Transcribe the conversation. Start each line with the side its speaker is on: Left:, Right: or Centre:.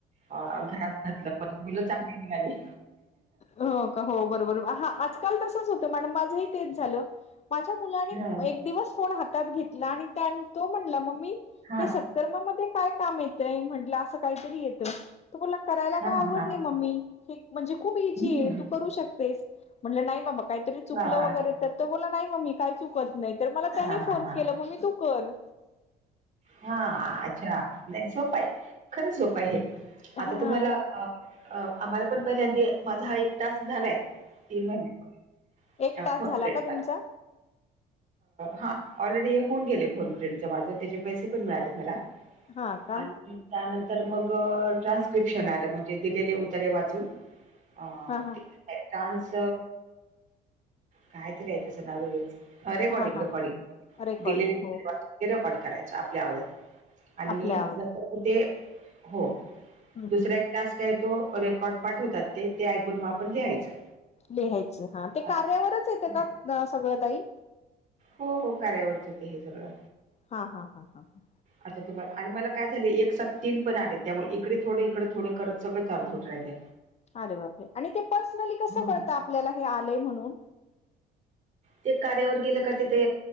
Right: घरांत घातलं पणं मुलं चांगली निघाले
Left: हो का हो बरोबर हां आजकांल तसंच होतें मॅडम माझंही तेचं झालं माझ्यां मुलांने
Right: हा
Left: एक दिवसं फोन हातांत घेतलां आणि तो म्हणंला मम्मी
Right: हा
Left: ते सं तरं मं मध्यें कायं कामं येतंय म्हटलं असं कांहीं तरी येतं करांय
Right: हा
Left: कां
Right: हा
Left: आंव नाही
Right: हा
Left: मम्मी म्हणजे खूंप ई तू
Right: हम्म
Left: करूं शकतेसं म्हटलं नाहीं कांहीतरी चुकलं
Right: वा वा
Left: वगैरें तरं बोलां मं कायं चं तूं कां करतं नाहीं तरं मलां
Right: हा
Left: त्यांनी
Right: हा
Left: फोर्स
Right: हा
Left: केलां मंग मम्मी तूं करं.
Right: हां अच्छा नाहीं सोपं आहे खरं सोपं आहे हे
Left: हा
Right: आतां तुम्हांला अं. अं आम्हांला पणं पहिल्यां अधी माझ्यां हां एक टॅक्स झालायं तीनं महिने.
Left: एक
Right: अ
Left: तास
Right: फोेता.
Left: झाला का तुमचा
Right: <unintelligible> हां ऑलरेडी हे होऊनं गेले फोनपिंट माझे त्यांचे पैसे पणं मिळालेतं मलां.
Left: हा का
Right: आणि त्यांनंतर मंग ट्रान्स्क्रिप्शन आलं म्हणजे दिलेले उदरे वाचूंन. अ
Left: हा हा
Right: ते चांस. कायं तरी आहे तचं नां रेकॉर्डिंग
Left: हा हा
Right: रेकॉर्डिंग
Left: रेकॉर्डिंग
Right: दिलेली ते
Left: हो
Right: रेकॉर्ड करायचं आपल्यां आवाजांत आणि
Left: आपल्या आवाज
Right: नंतर मंग ते हो
Left: हम्म हम्म
Right: दुसरां
Left: हम्म
Right: एक टास्कं आहे तो रेकॉर्ड पाठं होतातं ते ते ऐकूंन मंग आपणं लिहायचं
Left: लिहायचं हां ते
Right: असं
Left: कार्यावरचं येते
Right: हां.
Left: कां सगळं तांई
Right: हो हो कार्यावरचं येते हे सगळं
Left: हां हां हां हां हां
Right: आतां तुम्हांला आणि मलां कायं झालं एक सात तीनं पणू आले त्यांमुळे इकडे थोडडे इकडे थोडें करतं सगळं चारजं होतं राहीले
Left: अरे बांपरे आणि ते पर्सनली कसं
Right: हा.
Left: करळतं आपल्यांला हे आलंय म्हणूंन
Right: ते कार्यावरं गेलं कां तिथे